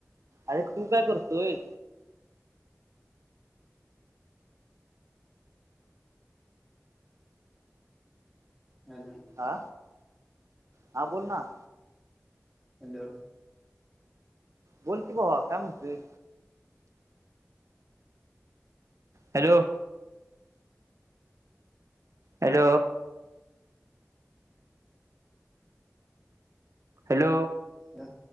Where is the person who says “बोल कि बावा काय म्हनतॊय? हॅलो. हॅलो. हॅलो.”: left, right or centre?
Right